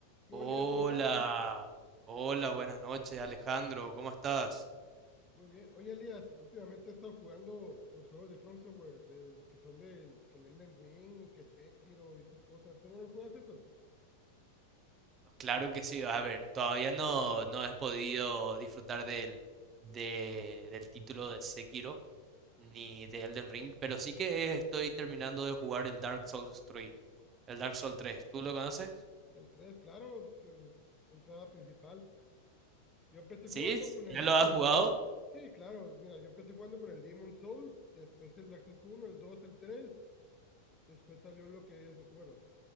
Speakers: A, on the left; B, on the right.
A: ¿Qué
B: Hola,
A: hubo, Elías? ¿Cómo estás?
B: hola, buenas noches, Alejandro, ¿cómo estás?
A: Muy bien. Oye, Elías, últimamente he estado jugando los juegos de From Software, de los que son del que el Elden Ring, que Sekiro y esas cosas. ¿Tú no los juegas esos?
B: Claro que sí, a ver, todavía no, no he podido disfrutar del, de- del título de Sekiro ni de Elden Ring, pero sí que estoy terminando de jugar el Dark Souls 3, el Dark Souls
A: El,
B: tres. ¿tú lo conoces?
A: el 3, claro, su entrada principal. Yo empecé
B: ¿Sí?
A: jugando con el...
B: ¿Ya lo has
A: Di-
B: jugado?
A: Sí, claro, mira, yo empecé jugando con el Demon Souls, después el Access uno, el 2, el 3, después salió lo que es, bueno,